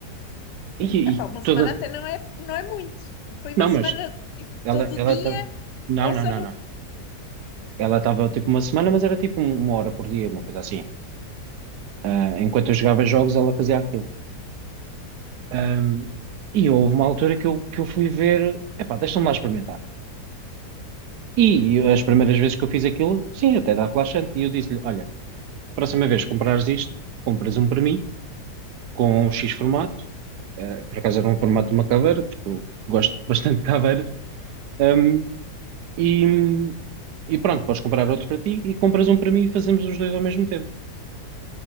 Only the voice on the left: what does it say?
Epá,
uma semana
até não é, não é muito. Foi
uma semana
tipo
todo
o dia
ou
só
no,